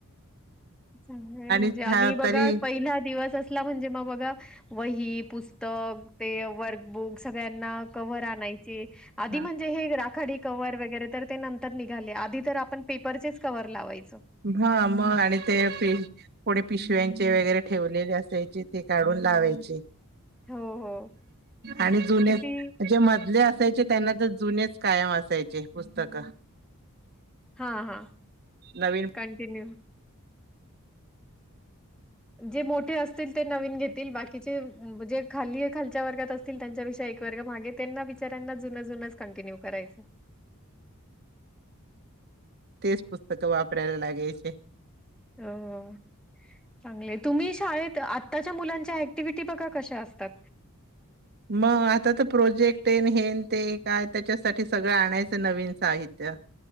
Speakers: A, in the centre; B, on the right.
A: चांगले म्हणजे
B: छा-
A: आणि बघा
B: तरी
A: पहिला दिवस असला म्हणजे मग बघा वही पुस्तक ते वर्ग बुक्स सगळ्यांना कव्हर आणायचे आधी
B: हा
A: म्हणे हे राखाडी कव्हर वगैरे तर ते नंतर निघाले आधी पेपरचेच कववर लावायच
B: हा मग आणि ते पुढे पिशव्यांचे वगैरे ठेवलेले असायचे ते काढून लावायचे
A: हो हो
B: आणि जुने
A: किती
B: जे मधले असाय त्यांना तर जुनेच कायम असायचे पुस्तक
A: हा हा
B: नवीन
A: कंटिन्यू जे मोठे असतील ते नवीन घेतील बाकीचे जे खाली खालच्या वर्गात असतील त्यांच्यापेक्षा एक वर्ग मागे त्यांना बीचारना जुन जुनच कंटिन्यू करायच
B: तेच पुस्तक वापरायला लागेचे
A: हो चांगले तुम्ही शाळेत आ आताच्या मुलांच्या ऍक्टिव्हटी बघा कशा असतात
B: मग आता तर प्रोजेक्ट येन हेन ते काय त्याच्यासाठी सगळं आणायचं नवीन साहित्य